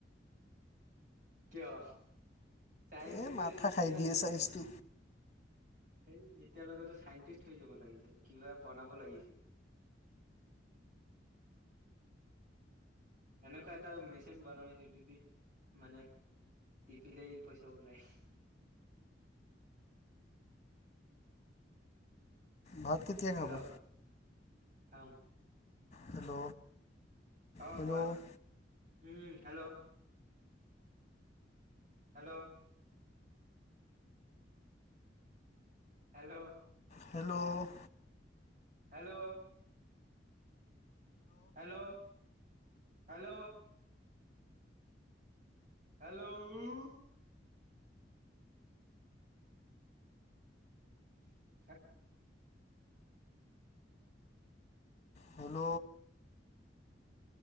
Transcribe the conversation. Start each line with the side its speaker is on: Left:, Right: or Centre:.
Right: কিয়? চাইন্স
Left: এই
Right: লৈ
Left: মাথা
Right: এতিয়া
Left: খাই দিয়ে ছায়েন্সটো
Right: এই এতিয়ালৈকেতো চাইণ্টিষ্ট হৈ যাব লাগিছিল। কিবা বনাব লাগিছিল। এনেকুৱা এটা মেচিন বনাবা যিটো দি মানে টিপিলেই পইচা ওলাই যায়।
Left: ভাত কেতিয়া
Right: হেল্ল'
Left: খাবা?
Right: চাওঁ,
Left: হেল্ল'!
Right: অ',
Left: Hello
Right: কোৱা। um hello! Hello! Hello!
Left: Hello
Right: hello'' hello!, hello!. Hello! <inaudible>
Left: hello!,